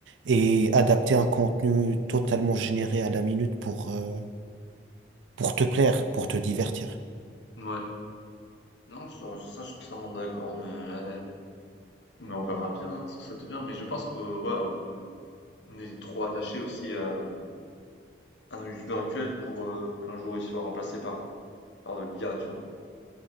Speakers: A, on the right; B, on the left.
A: et adapter un contenu totalement généré à la minute pour, euh, pour te plaire, pour te divertir.
B: Ouais. Non, ça, ça, je suis totalement d'accord, mais, mais on verra bien hein, ce que ça devient. Mais je pense que ouais, on, on est trop attaché aussi à, à nos youtubeurs actuels pour euh, qu'un jour ils soient remplacés par, par de l'IA, tu vois.